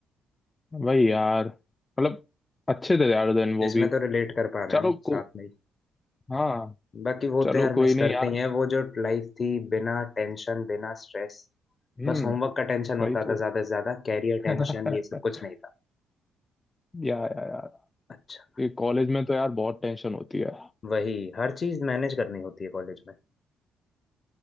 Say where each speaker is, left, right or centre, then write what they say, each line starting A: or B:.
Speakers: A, on the left; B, on the left.
A: भाई यार मतलब अच्छे थे यार दिन वो
B: इसमें
A: भी
B: तो रिलेट कर पा रहे
A: चलो
B: हैं हम साथ
A: को
B: में ही।
A: हाँ
B: बाकी वो
A: चलो
B: तो यार मिस
A: कोई नहीं
B: करते
A: यार
B: ही हैं वो जो लाइफ थी बिना टेंशन बिना स्ट्रेस
A: हम्म
B: बस होमवर्क का टेंशन होता
A: वही तो
B: था ज्यादा से ज्यादा कैरियर
A: <laughs>
B: टेंशन ये सब कुछ नहीं था
A: या या यार
B: अच्छा
A: कॉलेज में तो यार बहुत टेंशन होती है
B: वही हर चीज मैनेज करनी होती है कॉलेज में